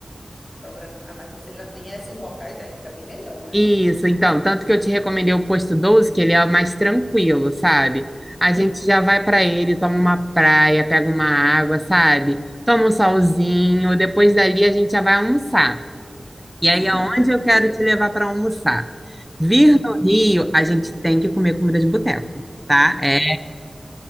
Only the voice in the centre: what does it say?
Isso, então, tanto que eu te recomendei o posto doze que ele é mais tranquilo, sabe? A
gente já vai para ele, toma uma praia, pega uma água, sabe? Toma um solzinho, depois dali a gente já vai almoçar. E
aí é
onde
eu quero te levar para almoçar. Vir
no Rio, a gente tem que comer comida de boteco, tá? É,